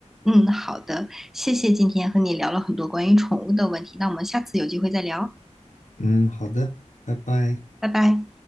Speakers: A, in the centre; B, on the left.
A: 嗯，好的，谢谢今天和你聊了很多关于宠物的问题，那我们下次有机会再聊。
B: 嗯，好的，拜拜。
A: 拜拜。